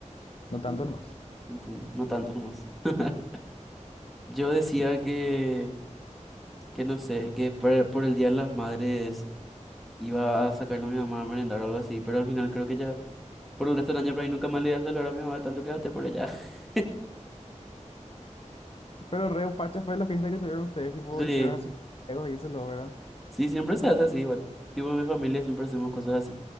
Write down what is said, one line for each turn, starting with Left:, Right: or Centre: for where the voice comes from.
Left: no tanto
Centre: Enti-
Left: nomás.
Centre: Entiendo. No tanto nomás. <laughs> Yo decía
Left: Y-
Centre: que, que no sé, que por, por el Día de las Madres iba a sacarle a mi mamá a merendar o algo así, pero al final creo que ya por el resto del año por ahí nunca más le iba a saludar a mi mamá tanto que gasté por ella. <laughs>
Left: pero re facha fue la fiesta que tuvieron ustedes, tipo,
Centre: Sí.
Left: hicieron así juegos y eso, lo, ¿verdad?
Centre: Sí, siempre se hace así igual. Tipo, en mi familia siempre hacemos cosas así.